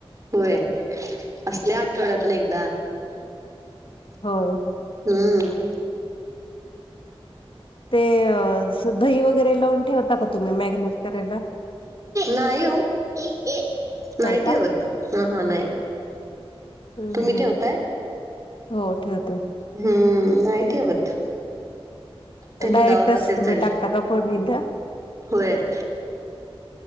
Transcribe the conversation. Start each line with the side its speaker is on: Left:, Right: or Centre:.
Right: होय, असत्या आठवड्यातून एकदा.
Left: होय.
Right: हूम.
Left: ते दही वगैरे लावून ठेवता का तुम्ही मॅगनेट करायला?
Right: नाही ओ नाही
Left: नाही का?
Right: ठेवत. ह हां नाही.
Left: हम्म
Right: तुम्ही
Left: हम्म.
Right: ठेवताय?
Left: हो ठेवते
Right: हुं. नाही ठेवत. ते दुधावरच
Left: डायरेक्टच
Right: असतेत
Left: तुम्ही
Right: सगळे
Left: टाकता का फोडनीत?
Right: होय.